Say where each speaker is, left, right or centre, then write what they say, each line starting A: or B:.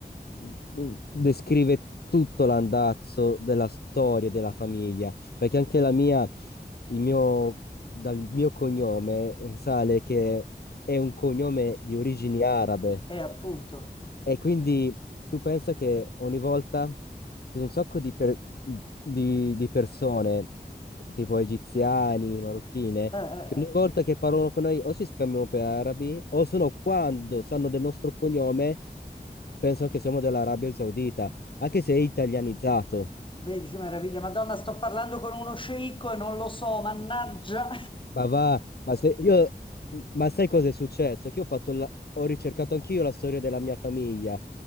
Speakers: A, on the left (about 65°); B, on the left (about 30°).
A: mm, descrive tutto l'andazzo della storia della famiglia, perché anche la mia, il mio, dal mio cognome risale che è un cognome di origini arabe.
B: Eh, appunto.
A: E quindi tu pensa che ogni volta ci sono un sacco di, per- di- di persone, tipo egiziani, marocchine,
B: Eh, eh,
A: che ogni
B: eh.
A: volta che parlano con noi o si scambiano per arabi, o se no quando sanno del nostro cognome, pensano che siamo dell'Arabia Saudita, anche se è italianizzato.
B: Vedi che meraviglia. Madonna, sto parlando con uno sceicco e non lo so, mannaggia.
A: Ma va, ma se io, ma sai cosa è successo? Che io ho fatto la- ho ricercato anch'io la storia della mia famiglia